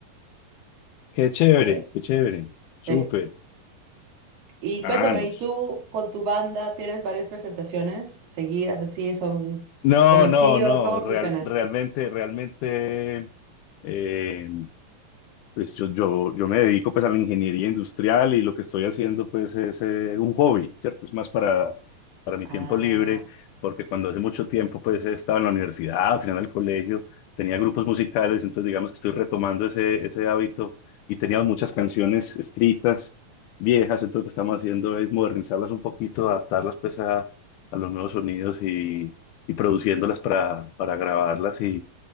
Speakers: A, on the left; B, on the right.
A: Qué chévere,
B: De-
A: qué chévere.
B: sí.
A: Súper.
B: Y
A: Ah,
B: cuéntame,
A: no.
B: ¿y tú con tu banda tienes varias presentaciones seguidas así? ¿Son
A: No,
B: conocidos?
A: no, no.
B: ¿Cómo
A: Real-
B: funciona?
A: realmente, realmente. eh, Pues yo, yo, yo me dedico pues a la ingeniería industrial y lo que estoy haciendo pues es eh, un hobby, ¿cierto? Es más para, para mi
B: Ah,
A: tiempo libre, porque cuando hace mucho tiempo pues estaba en la universidad, al final del colegio, tenía grupos musicales, entonces digamos que estoy retomando ese, ese hábito y tenía muchas canciones escritas, viejas, entonces lo que estamos haciendo es modernizarlas un poquito, adaptarlas pues a, a los nuevos sonidos y, y produciéndolas para, para grabarlas